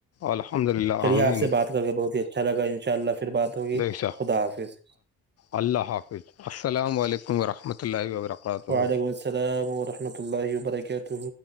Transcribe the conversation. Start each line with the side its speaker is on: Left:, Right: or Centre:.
Left: الحمد للہ
Right: چلیے
Left: آمین
Right: آپ سے کر کے بہت ہی اچھا لگا ان شاء اللہ پھر بات ہوگی
Left: بے شک
Right: خدا حافظ
Left: اللہ حافظ السلام علیکم وبرکاتہ
Right: وعلیکم السلام ورحمۃ اللہ وبرکاتہ